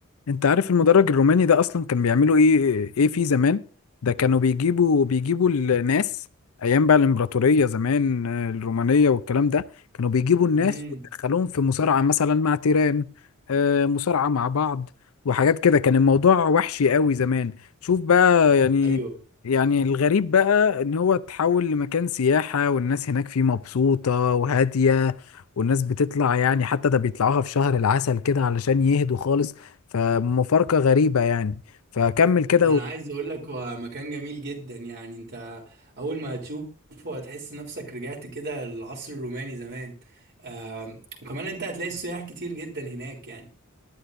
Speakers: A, on the left; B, on the right.
A: انت عارف المدرج الروماني ده اصلا كان بيعملوا ايه ايه فيه زمان ده كانوا بيجيبوا بيجيبوا الناس ايام بقى الامبراطوريه زمان آه، الرومانيه والكلام ده كانوا بيجيبوا الناس
B: امم
A: ويدخلوهم في مصارعه مثلا مع تيران آه، مصارعه مع بعض وحاجات كده كان الموضوع وحشي قوي زمان شوف بقى يعني
B: ايوه
A: يعني الغريب بقى ان هو اتحول لمكان سياحه والناس هناك فيه مبسوطه وهاديه والناس بتطلع يعني حتى ده بيطلعوها في شهر العسل كده علشان يهدوا خالص فمفارقة غريبة يعني فكمل كده
B: انا
A: و...
B: عايز اقول لك هو مكان جميل جدا يعني انت اول ما هتشوفه هتحس نفسك رجعت كده للعصر الروماني زمان آم، وكمان انت هتلاقي سياح كتير جدا هناك يعني